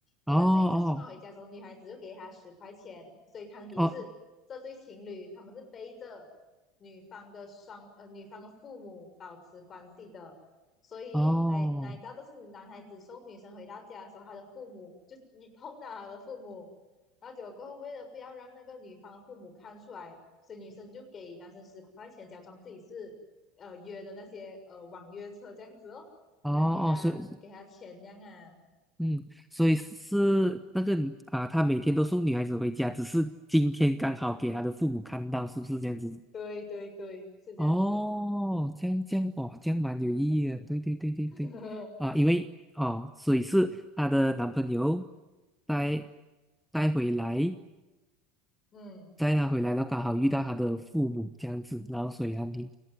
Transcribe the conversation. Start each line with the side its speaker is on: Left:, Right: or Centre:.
Centre: 哦哦
Left: 可是这一次送她回家的时候，女孩子就给他十块钱，所以汤底就是这对情侣他们是背着女方的双呃女方的父母保持关系的，
Centre: 哦
Left: 所以哪哪知道这是男孩子送女生回到家的时候，
Centre: 哦
Left: 他的父母就你碰到他的父母。然后结果过后，为了不要让那个女方父母看出来，所以女生就给男生十块钱，假装自己是呃约的那些呃网约车这样子哦，
Centre: 哦哦，
Left: 好像给他给他钱这样啊。
Centre: 所以嗯，所以是那个啊，他每天都送女孩子回家，只是今天刚好给他的父母看到，是不是这样子？
Left: 对对对，是这样子。
Centre: 哦，这样这样哦，这样蛮有意义的。对对对对对，
Left: <laughs>
Centre: 啊，因为哦，所以是她的男朋友带带回来，
Left: 嗯，
Centre: 带她回来，然后刚好遇到她的父母这样子，然后所以她女，